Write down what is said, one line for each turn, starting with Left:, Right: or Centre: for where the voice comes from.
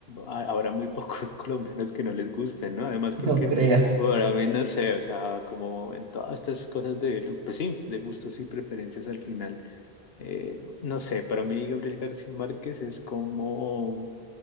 Left: ha- habrá muy pocos <laughs> colombianos que no les gusten, ¿no? Además,
Right: <laughs>
Left: porque
Right: No creas.
Left: para mí, no sé, o sea, como en todas estas cosas de, lo- pues sí, de gustos y preferencias al final, eh, no sé, para mí Gabriel García Márquez es como,